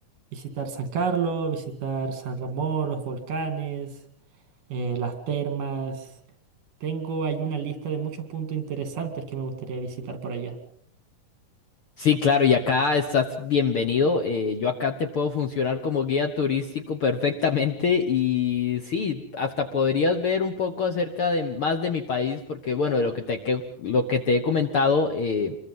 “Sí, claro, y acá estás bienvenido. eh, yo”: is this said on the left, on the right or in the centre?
Left